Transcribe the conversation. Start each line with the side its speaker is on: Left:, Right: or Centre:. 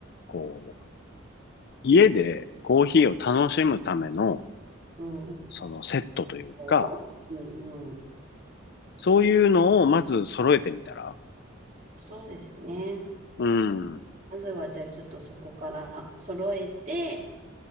Left: こう、家でコーヒーを楽しむための、
Right: うん。
Left: そのセットというか、
Right: おうんうん。
Left: そういうのをまず揃えてみたら。
Right: そうですね。
Left: うん、
Right: まずはじゃあちょっとそこから揃えて、